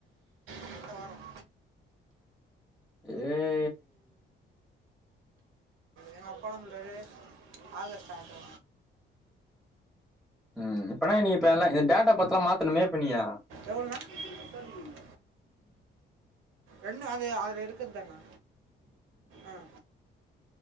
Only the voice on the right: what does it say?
அடுத்த வாரம்
எங்க அப்பால சொல்ராரு ஆகஸ்ட்டாட்டு
எவல்னா சொல்லுங்க ரெண்டு அது அதுல இருக்குரதானா ஆ